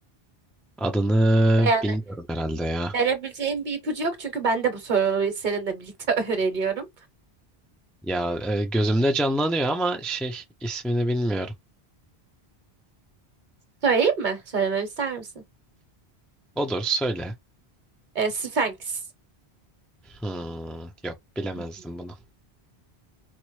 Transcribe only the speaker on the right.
Yani
verebileceğim bir ipucu yok çünkü ben de bu soruyu seninle birlikte <laughs> öğreniyorum.
Söyleyeyim mi? Söylememi ister misin?
Ee, Sphinx.
Hı hı.